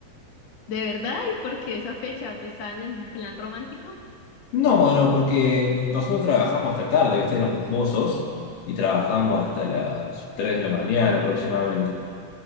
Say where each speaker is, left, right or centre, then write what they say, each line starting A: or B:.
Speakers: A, on the left; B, on the left.
A: ¿De verdad? ¿Y por qué esa fecha? ¿Pues estaban en un plan romántico?
B: No, no, porque nosotros trabajamos hasta tarde, ¿viste? Éramos mozos y trabajamos hasta las 3 de la mañana aproximadamente.